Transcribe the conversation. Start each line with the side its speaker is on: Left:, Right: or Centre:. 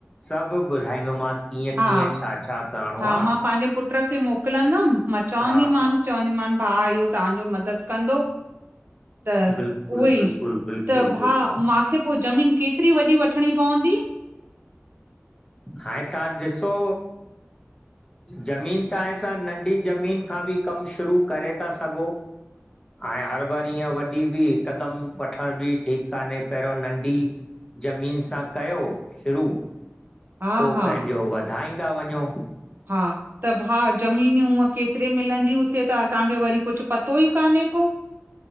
Left: सभु ॿुधाईंदोमांसि। कीअं
Right: हा
Left: कीअं छा-छा करिणो
Right: हा
Left: आहे
Right: मां पंहिंजे पुट खे मोकिलींदमि मां चवंदीमांसि
Left: हा हा
Right: त इहो भाउ तव्हांजी मददु कंदो। त
Left: बिल्कुलु बिल्कुलु बिल्कुलु
Right: भाउ
Left: बिल्कुलु
Right: उहा ज़मीन पोइ मुखे केतरी वॾी वठणी पवंदी?
Left: हाणे तव्हां ॾिसो ज़मीन त आहे तव्हां नंढी ज़मीन खां बि कमु शुरू करे था सघो। हाणे हरु बरु ईअं वॾी बि हिकदम वठण बि ठीकु न आहे पहरियों नंढी ज़मीन सां कयो शुरू
Right: हा
Left: पोइ
Right: हा
Left: पंहिंजो वधाईंदा वञो।
Right: हा भाउ ज़मीनूं त घणे में मिलंदी हुते इहो त असांखे कुझु पतो ई न आहे। कु